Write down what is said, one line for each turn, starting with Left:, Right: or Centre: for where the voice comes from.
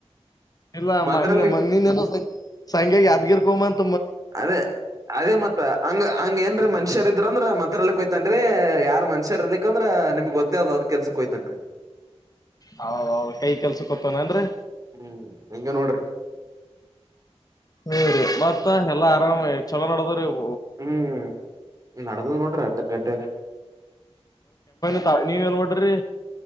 Left: ಇಲ್ಲಾ
Right: ಮಂತ್ರಾಲಯ
Left: ಮನ್ನಿ ಮನಿನ್ನೆನು ಸಣ್ ಸಂಗ್ಯಾಗ ಯಾದ್ಗಿರ್ಕೋಮಂತ.
Right: ಅದೇ ಅದೇ ಮತ್ತ ಹಂಗ ಹಂಗ ಏನ್ರ ಮನುಷ್ಯರ ಇದ್ರಂದ್ರ ಮತ್ ತ್ರಾಲಯಕ ಹೋಯಿತಾನ್ರೀ ಯಾರ್ ಮನುಷ್ಯ ಇರ್ಲಿಕಂದ್ರ ನಿಮ್ಗ್ ಗೊತ್ತೇ ಅದ ಅದ್ ಕೆಲ್ಸಕ್ ಹೋಯಿತಾನ್ರೀ.
Left: ಹೌ ಹೌ ಕೈ ಕೆಲ್ಸ ಕೊತ್ತನರ್ರಿ.
Right: ಹ್ಮ್ ಹಿಂಗ ನೋಡ್ರಿ.
Left: ಹ್ಹೂರಿ ಮತ್ತ. ತ್ತೋಹ ಎಲ್ಲಾ ಆರಾಮ್ ಇವ್ ಛೊಲೋ ನಡದ್ವರಿ ಇವು.
Right: ಹ್ಮ್ ನಡದು ನೋಡ್ರಿ ಅಟ್ಟಕ ಗಟ್ಟರ.
Left: ತ್ತಾವ ನೀವ್ ಎಲ್ಲ ನೋಡ್ರಿ.